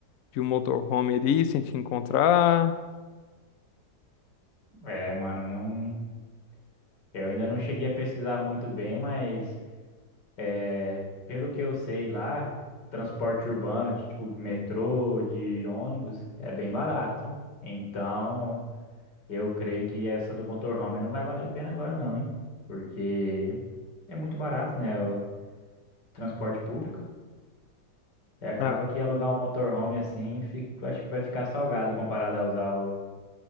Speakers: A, on the left; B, on the left.
A: de um motorhome ali, sem te encontrar.
B: é, mano, não. Eu ainda não cheguei a pesquisar muito bem, mas é, pelo que eu sei lá, o transporte urbano de tipo de metrô, de ônibus, é bem barato. Então, eu creio que essa do motorhome não vai valer a pena agora não, hein? Porque é muito barato, né? O transporte público. E acaba
A: Ah,
B: que alugar um motorhome assim, fica- acho que vai ficar salgado comparado a usar o